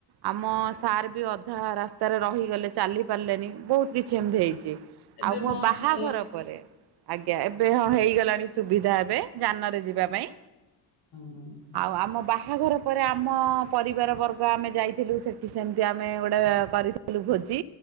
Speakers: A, on the right (about 70°); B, on the left (about 65°).
A: ଆମ ସାର୍ ବି ଅଧା ରାସ୍ତାରେ ରହିଗଲେ ଚାଲି ପାରିଲେନି। ବହୁତ କି ସେମତି ହେଇଛି।
B: ଏବେ
A: ଆଉ ମୋ
B: ବସ୍
A: ବାହାଘର
B: ଚାଲିଲାଣି।
A: ପରେ, ଆଜ୍ଞା ଏବେ ହଁ ହେଇଗଲାଣି ସ ସୁବିଧା ହେବେ ଯାନରେ ଯିବା ପାଇଁ।
B: ହଁ।
A: ଆଉ ଆମ ବାହାଘର ପରେ ଆ ମ ପରିବାର ବର୍ଗ ଆମେ ଯାଇଥିଲୁ ସେ ଠି ସେମତି ଆମେ ଗୋଟେ କରିଥିଲୁ ଭୋଜି।